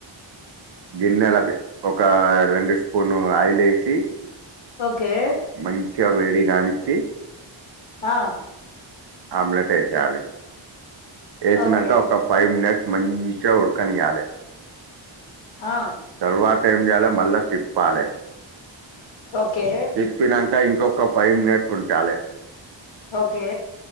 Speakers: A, on the right; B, on the left.
A: గిన్నెలది ఒక రెండు స్పూను ఆయిల్ ఎసి.
B: ఓకే.
A: మంచిగా వేడిగానిచ్చి.
B: ఆ.
A: ఆమ్లెట్ వేసేయాలే వేసినాక
B: ఓకే
A: ఒక. ఫైవ్ మనిట్ మంచిగ ఉడకనియ్యాలే.
B: ఆ.
A: తర్వాత ఏం చేయాలేమళ్ళా తిప్పాలే.
B: ఓకే
A: తిప్పి నాక ఇంకొక ఫైవ్ మినిట్స్ ఉడకాలే.
B: ఓకే.